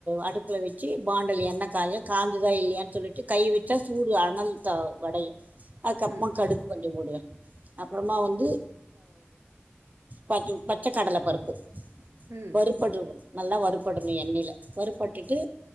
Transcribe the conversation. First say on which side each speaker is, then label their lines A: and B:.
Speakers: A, on the right; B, on the right.
A: அடுப்புல வச்சு பாண்டல் என்னய காய காஞ்சதா இல்லையன்னு சொல்லிட்டு கைவிட்டா சூடு அனல் த அடையும் அதுக்கு அப்புறமா
B: ம்.
A: கடுகு கொஞ்ச போடுவே அப்புறமா வந்து ப பச்சை கடலை பருப்பு
B: ம்.
A: வறுப்படும் நல்லா வறுப்படணு எண்ணெயில வறுப்பட்டுட்டு
B: ம்.